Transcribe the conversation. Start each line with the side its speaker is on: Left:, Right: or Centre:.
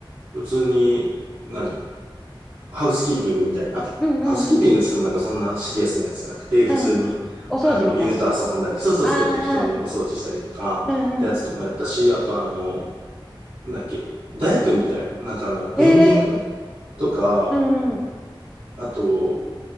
Right: 普通に、何ハウスキーピングみたいな。
Centre: ーうんうんうん。
Right: ハウスキーピングって言ってもなんかそんなシリアスなやつじゃなくて、普通に、
Centre: うん。お掃除みたいな。
Right: あの、犬と遊んだり、そうそうそう、
Centre: ああ、
Right: 適当にお掃除したりとか、
Centre: うんうん。
Right: ってやつともやったし、あとあの、なんだっけ、大工みたいな、なんかあの、ペインティングとか、
Centre: えー、うん。
Right: あと、